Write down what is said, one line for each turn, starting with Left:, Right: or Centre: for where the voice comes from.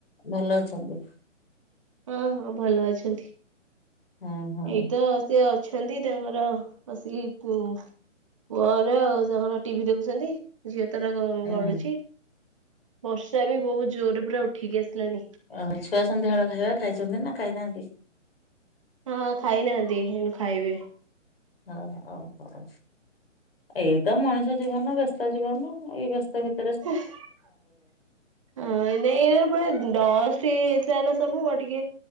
Left: ଭଲ ଅଛନ୍ତି।
Right: ହଁ ହଁ ଭଲ ଅଛନ୍ତି।
Left: ହଁ। ହଁ।
Right: ଏଇତ ସେ ଅଛନ୍ତି <unintelligible> ବସିକି କୁ ପୁଅର ଆଉ ତାଙ୍କର ଟି ଭି ଦେଖୁଛନ୍ତି। ଝିଅ ତାର ଗ-ଗଡୁଛି
Left: ହୁଁ
Right: ବର୍ଷା ବି ବହୁତ ଜୋର ପୁରା ଉଠିକି ଆସିଲାଣି।
Left: ଓହ ଛୁଆ ସନ୍ଧ୍ୟାବେଳ ଖାଇବା ଖାଇଛନ୍ତି ନା ଖାଇନାହାନ୍ତି?
Right: ହଁ ଖାଇନାହାନ୍ତି ହେନୁ ଖାଇବେ।
Left: ଓହୋ ହଁ ଏଇ ତ ମଣିଷ ଜୀବନ ବ୍ୟସ୍ତ ଜୀବନ ଏଇ ବ୍ୟସ୍ତ ଭିତ
Right: ହଁ ନାଇ ଏ ପୁରା ଡଲ ଫ୍ରି ହେଇଥିଲା ନା ସବୁ ଆଉ ଟିକେ